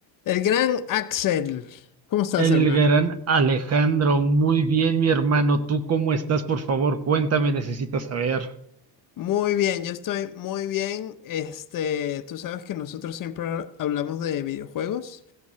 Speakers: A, on the left (about 50°); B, on the right (about 35°).
A: El gran Axel, ¿cómo estás,
B: El
A: hermano?
B: gran Alejandro, muy bien, mi hermano. ¿Tú cómo estás? Por favor, cuéntame, necesito saber.
A: Muy bien, yo estoy muy bien. Este, tú sabes que nosotros siempre hablamos de videojuegos